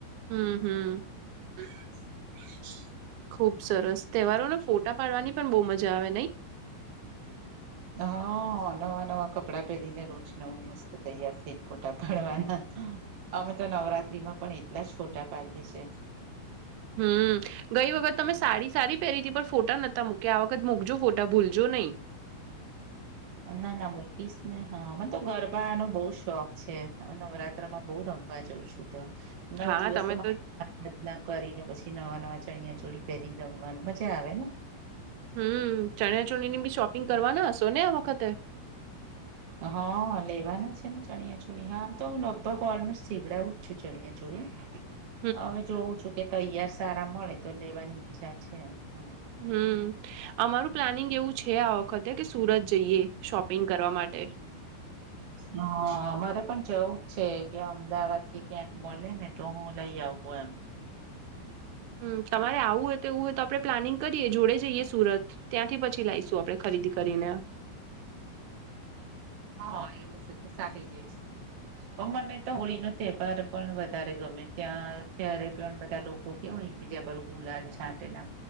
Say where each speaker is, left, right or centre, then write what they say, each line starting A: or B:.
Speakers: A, on the right (about 90°); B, on the right (about 70°).
A: હમ, હમ.
B: હ <unintelligible>
A: ખુબ સરસ, તહેવારોમાં ફોટા પાડવાની પણ બહુ મજા આવે, નઈ.
B: હ, નવા નવા કપડાં પહેરીને રોજ નવું મસ્ત તૈયાર થઈન ફોટા પાડવાના. અમે તો નવરાત્રીમાં પણ એટલા જ ફોટા પાડીએ છીએ.
A: હમ ગઈ વખત તમે સારી સારી પહેરી ત પણ ફોટા નતા મૂકી આ વખત મૂકજો ફોટા ભૂલજો નઈ.
B: ના ના મૂકીશ ને હા મને તો ગરબાનો બહુ શોખ છે નવરાત્રમાં બહુ રમ જઉ છું તો નવ
A: હા
B: દિવસ
A: તમે
B: <unintelligible>
A: તો
B: રે બદના કરીને પછી નવા નવા ચણિયા ચોળી પહેરીને રમવાનું મજા આવે ને
A: હમ, ચણિયાચોળી, ચોણી ની બી શોપિંગ કરવાના હશો ને આ વખતે.
B: હા, લેવાના છે ને ચણિયા ચોળી, આમ, તો હું લગભગ ઓલમોસ્ટ સીવડાવું જ છું ચણિયા ચોળી.
A: <unintelligible>
B: હવે જોઉં છું કે, તૈયાર સારા મળે તો લેવાની ઈચ્છા છે, હા.
A: હમ, અમારું પ્લાનિંગ એવું છે આ ખતે કે, સુરત જઈએ શોપિંગ કરવા માટે.
B: હ, મારે પણ જવું જ છે કે અમદાવાદ થી ક્યાંક મળે ને, તો હું લઇ આવું. ઓ એમ.
A: હમ, તમારે આવું હોય તો એવું હોય તો, આપણે પ્લાનિંગ કરીએ જોડે જઈએ સુરત. ત્યાંથી પછી લાવશું, આપણે ખરીદી કરીને.
B: હ, એવડું છે તો, સાથે જઈશું. પણ, મને તો હોળી નો તહેવાર પણ વધારે ગમે, ત્યાં ત્યારે પણ બધા. કેવાય, બીજા પર ગુલાલ છાંટે ને